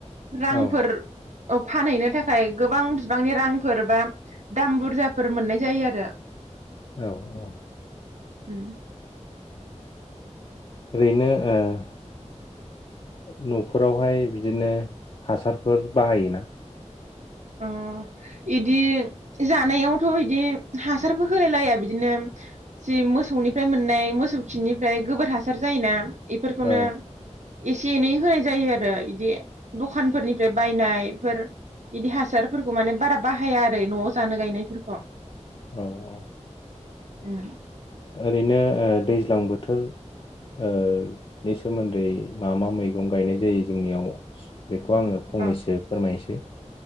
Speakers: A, on the right (about 75°); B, on the left (about 45°).
A: रांफोर
B: औ
A: अ फानहैनो थाखाय गोबां बिबांनि रांफोर बा दाम बुरजाफोर मोननाय जायो आरो
B: औ औ
A: उम
B: ओरैनो ओ न'फोरावहाय बिदिनो हासारफोर बाहायोना
A: अ इदि जानायावथ' इदि हासारबो होलाय लाया बिदिनो जि मोसौनिफ्राय मोननाय मोसौ खिनिफ्राय गोबोर हासार जायोना। इफोरखौनो
B: औ
A: एसे एनै होनाय जायो आरो आरो इदि दखानफोरनिफ्राय बायनायफोर इदि हासारफोरखौ माने बारा बाहाया आरो न'आव जानो गायनायफोरखौ
B: औ औ
A: उम
B: ओरैनो ओ दैज्लां बोथोर ओ नि सोमोन्दै मा मा मैगं गायनाय जायो जोंनियाव बेखौ आङो फंनैसो
A: ओ
B: फोरमायनोसै।